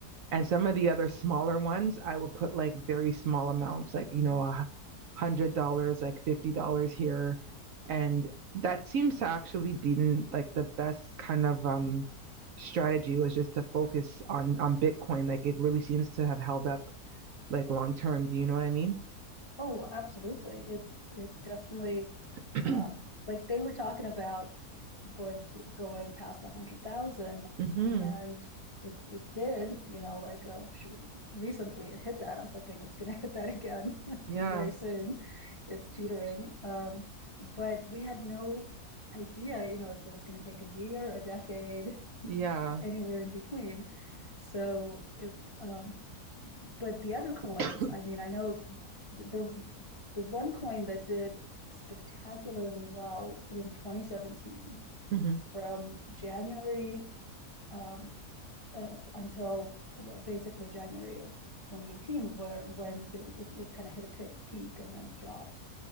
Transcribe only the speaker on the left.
Oh, absolutely. It it definitely
um like they were talking about going to going past a hundred thousand
and it it did, you know, like uh sh- recently it hit that. I'm hoping it's gonna <laughs> hit that again <laughs>
very soon. It's teetering. Um but we had no idea, you know, if it was gonna take a year, a decade,
<laughs> anywhere in between. So it um but the other coins,
I mean,
I know the the one coin that did spectacularly well in 2017
from January um, uh, until well, basically January of 2018, where when there, it, it kind of hit a peak, peak and then dropped.